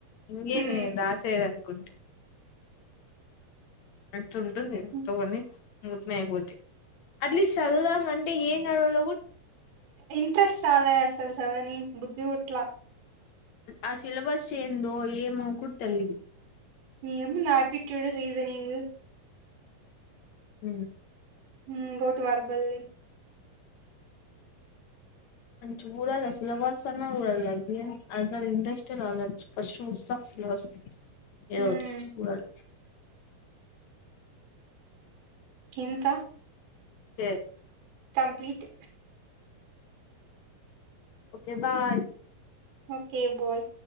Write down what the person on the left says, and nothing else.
ఇినే
ఆశ అదం అట్ ఉంటుంది
తకని మభూర్తి అట్లీస్ట్ చదువుదాం అంటే ఏ నడలో
ఆ సిలబస్ ఏందు ఏమో కుట్ తెలి
హ
చూడాలి సిలేబస్ అన్న చూడాలి ఐబి అసలు ఇంట్రెస్ట్ రాలేదు ఫస్ట్ చూస్తా సిలేబస్ ఏదో
ఓటి చూడాలి
ఏ
okay bye